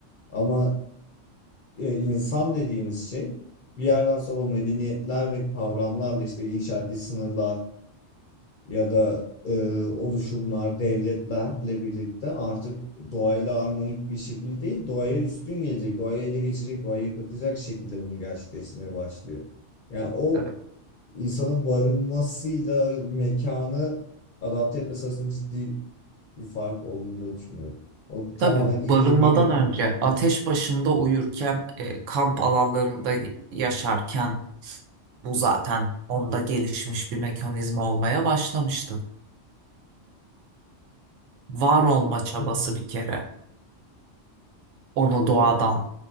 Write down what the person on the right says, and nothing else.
Evet.
Tabii bu
barınmadan
önce
ateş başında uyurken e, kamp alanlarında yaşarken bu zaten onda gelişmiş bir mekanizma olmaya başlamıştı. Var
olma çabası
bir kere onu
doğadan